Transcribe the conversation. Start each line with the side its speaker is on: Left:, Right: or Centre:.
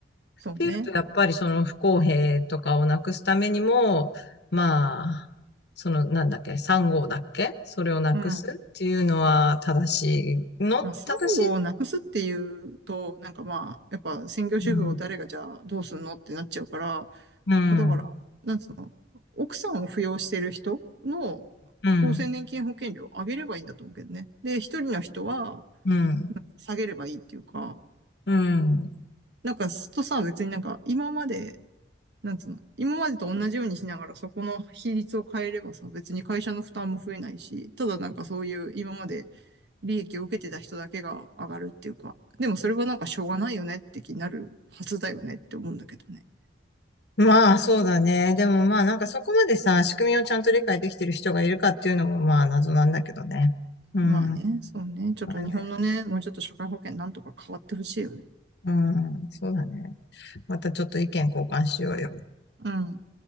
Right: そうね。
Left: ていうと、やっぱりその不公平とかをなくすためにも、まあ、そのなんだっけ、3号だっけそれをなくすっていうのは正しいの、
Right: うん。まあ、産後をなくすっていうと、
Left: 正しい。
Right: なんかまあ、やっぱ専業主婦を誰がじゃあどうすんのってなっちゃうから、
Left: うん、
Right: ま
Left: うん、
Right: あだから、なんつうの、奥さんを扶養してる人の
Left: うん、うん、
Right: 厚生年金保険料を上げればいいんだと思うけどね。で、一人の人は
Left: うん、
Right: 下げればいいっていうか、
Left: うん。
Right: なんかすっとさ、別になんか今まで、なんつうの、今までと同じようにしながらそこの比率を変えればさ、別に会社の負担も増えないし、ただなんかそういう今まで利益を受けてた人だけが上がるっていうか、でもそれはなんかしょうがないよねって気になるはずだよねって思うんだけどね。
Left: まあ、そうだね。でもまあ、なんかそこまでさ、仕組みをちゃんと理解できてる人がいるかっていうのもまあ、謎なんだけどね。うん、
Right: まあね、
Left: ま
Right: そうね。ちょっと日本のね、
Left: あね
Right: もうちょっと社会保険なんとか変わってほしいよね。
Left: うん、そうだね。またちょっと意見交換しようよ。
Right: うん。